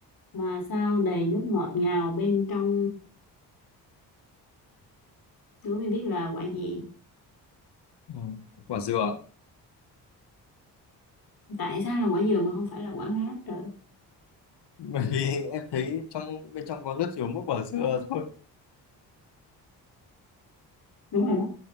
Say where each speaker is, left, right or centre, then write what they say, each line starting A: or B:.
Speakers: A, on the left; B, on the left.
A: mà sao đầy nước ngọt ngào bên trong đố em biết là quả gì
B: ừ, quả dừa
A: tại sao là quả dừa mà không phải là quả khác trời
B: <laughs> bởi vì em thấy trong bên trong có rất nhiều mỗi quả dừa thôi
A: đúng rồi đó